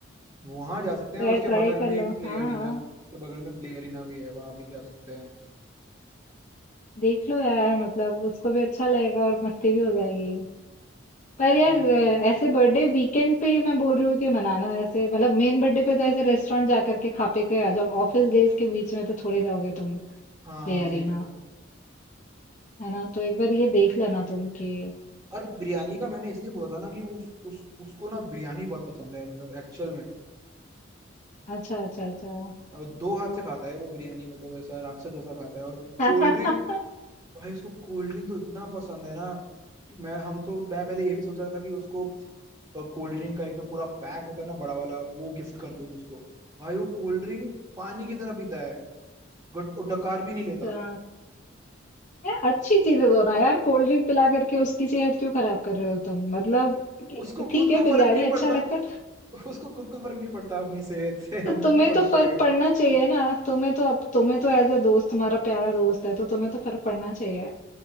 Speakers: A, on the right; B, on the left.
A: वहां जा सकते हैं
B: तो
A: और उसके
B: ट्राई
A: बगल
B: कर
A: में
B: लो
A: ही प्ले
B: हाँ
A: अरीना
B: हाँ
A: उसके बगल में प्ले अरीना भी है वहां भी जा सकते हैं
B: देख लो यार मतलब उसको भी अच्छा लगेगा और मस्ती भी हो जाएगी पर यार
A: हाँ
B: अ, ऐसे बर्थडे वीकेंड पे मैं बोल रही हूँ कि मनाना ऐसे मतलब मेन बर्थडे पे तो ऐसे रेस्टोरेंट जा करके खा पी के आ जाओ ऑफिस डेज के बीच में तो थोड़े जाओगे तुम प्ले
A: हाँ
B: अरेना
A: सेम
B: है ना तो एक बार ये देख लेना तुम कि
A: और बिरयानी का मैंने इसलिए बोला था ना कि उस उस उसको ना बिरयानी बहुत पसंद है मतलब एक्चुअल में
B: अच्छा अच्छा अच्छा
A: और दो हाथ से खाता है वो बिरयानी मतलब ऐसा राक्षस जैसा खाता है और
B: <laughs>
A: कोल्ड ड्रिंक भाई उसको कोल्ड ड्रिंक तो इतना पसंद है ना कि मैं हम तो मैं पहले ये भी सोच रहा था कि उसको कोल्ड ड्रिंक का एक जो पूरा पैक होता है ना बड़ा वाला वो गिफ्ट कर दो उसको भाई वो कोल्ड ड्रिंक पानी की तरह पीता है गुट- और डकार भी नहीं
B: अच्छा
A: लेता
B: यार अच्छी चीजें दो ना यार कोल्ड ड्रिंक पिला करके उसकी सेहत क्यों खराब कर रहे हो तुम मतलब
A: उसको
B: ठीक
A: खुद
B: है
A: को फर्क
B: बिरयानी
A: नहीं
B: अच्छा
A: पड़ता
B: लगता है
A: उसको खुद को फर्क नहीं पड़ता अपनी सेहत से
B: तो
A: हमें
B: तुम्हें
A: क्यों फर्क
B: तो
A: पड़ेगा
B: फर्क पड़ना चाहिए ना तुम्हें तो अब तुम्हें तो एज अ दोस्त तुम्हारा प्यारा दोस्त है तो तुम्हें तो फर्क पड़ना चाहिए